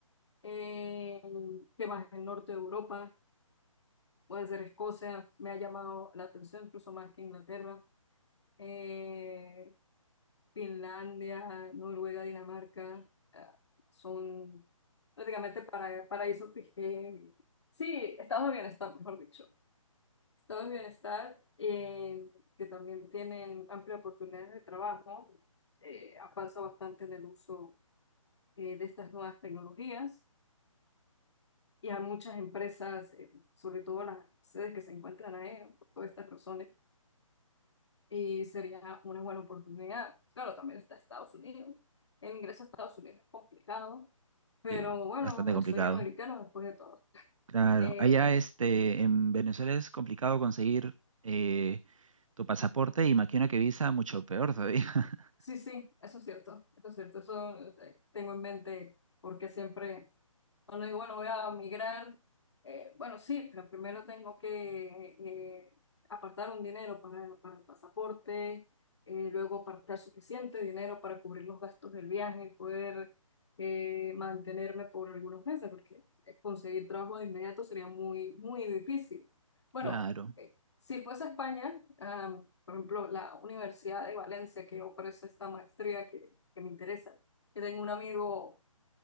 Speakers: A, on the left; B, on the right.
A: Eh, ¿qué más? El norte de Europa, puede ser Escocia, me ha llamado la atención incluso más que Inglaterra. Eh, Finlandia, Noruega, Dinamarca, ah, son prácticamente para, paraísos fije- Sí, estados de bienestar, mejor dicho. Estados de bienestar eh, que también tienen amplia oportunidad de trabajo, eh, avanza bastante en el uso eh, de estas nuevas tecnologías. y a muchas empresas, eh, sobre todo las sedes que se encuentran ahí, ¿no? por todas estas razones, y sería una buena oportunidad. Claro, también está Estados Unidos. El ingreso a Estados Unidos es complicado, pero
B: Sí,
A: bueno,
B: bastante
A: el
B: complicado.
A: sueño americano después de todo.
B: Claro,
A: Eh,
B: allá, este, en Venezuela es complicado conseguir eh, tu pasaporte y imagino que visa mucho peor todavía. <laughs>
A: sí, sí, eso es cierto, eso es cierto, eso eh, tengo en mente porque siempre Bueno, digo bueno, voy a migrar. Eh, bueno, sí, pero primero tengo que eh, apartar un dinero para, para el pasaporte, eh, luego apartar suficiente dinero para cubrir los gastos del viaje y poder eh, mantenerme por algunos meses, porque eh, conseguir trabajo de inmediato sería muy, muy difícil. Bueno,
B: Claro,
A: eh, si fuese a España, ah, por ejemplo, la Universidad de Valencia que ofrece esta maestría que, que me interesa, que tengo un amigo